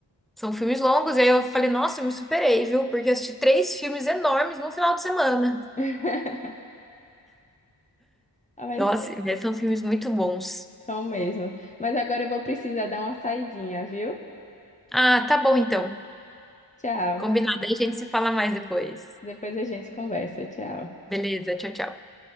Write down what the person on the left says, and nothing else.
<laughs> Ah, Mas
é,
são mesmo. Mas agora eu vou precisar dar uma saidinha, viu?
Tchau.
Depois a gente conversa. Tchau.